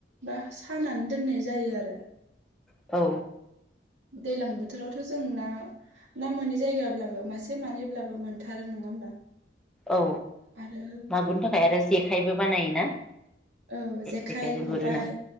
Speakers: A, on the right; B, in the centre.
A: बा सानानै दोननाय जायो आरो
B: औ।
A: दैलां बोथोरावथ' जों ना ना मोनै जायगाब्लाबो मासे मानैब्लाबो मोनथारो नङा होमबा?
B: औ
A: आरो
B: मागुरनि थाखाय आरो जेखाइबो बानायोना?
A: औ जेखाइ
B: जेखाइजों
A: खबबाय
B: गुरोना